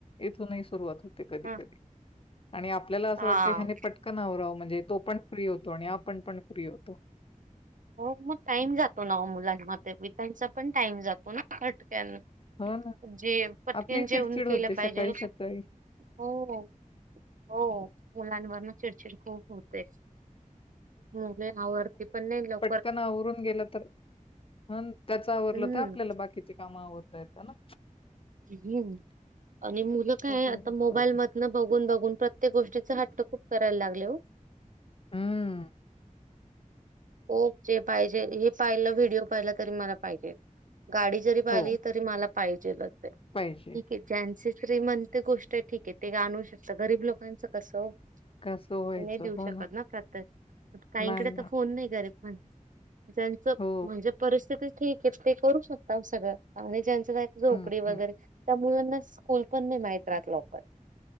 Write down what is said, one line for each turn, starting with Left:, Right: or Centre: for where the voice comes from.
Left: इथूनही सुरुवात होती. कधी
Right: हा
Left: कधी, आणि आपल्याला असं
Right: हा
Left: वाटत ह्याने पटकन आवराव म्हणजे तो पण फ्री होतो आणि आपण पण फ्री होतो
Right: हो मग टाईम जातो ना ओ मुलांमध्ये <unintelligible> पण टाईम जातो ना पटकन
Left: हो ना.
Right: जे पटकन
Left: आपली
Right: जेवन
Left: चिडचिड
Right: केलं
Left: होते
Right: पाहिजे
Left: सकाळी-सकाळी.
Right: हो हो हो मुलांवर ना चिडचिड खूप होते मुले ना वरती पण नाय येत लव
Left: त्यांना आवरून गेलं तर, अन त्याच आवरलं
Right: हम्म
Left: तर आपल्याला बाकीचे काम आवरता येता ना
Right: हू! आणि मुलं काय
Left: त्याच्यावरून
Right: आता मोबाईल
Left: चालतं.
Right: मधनं बघून, बघून, प्रत्येक गोष्टीचा हट तो खूप करायला लागले हो!
Left: हूं!
Right: हो जे पाहिजे हे पाहिलं, व्हिडिओ पाहिलं तरी मला पाहिजेत गाडी जरी पाहिली
Left: हो,
Right: तरी मला पाहिजेलच आहे,
Left: पाहिजे.
Right: ठीक हे ज्यांचे श्रीमंत गोष्ट ठीक हे ते काय आणु शकत, गरीब लोकांचं कसं हो! ते
Left: कसं व्हायचं?
Right: नही देऊ
Left: हो
Right: शकत ना, प्रत्येक काहींकडे
Left: नाही ना.
Right: तर फोन नाही म्हण ज्यांच
Left: हो.
Right: म्हणजे परिस्थिती ठीक आहे ते करू शकता ओ सगळं, आणि ज्यांच काय झोपडी
Left: हं,
Right: वगैरे
Left: हं.
Right: त्या मुलांना स्कूल पण नाही माहित राहत लवकर,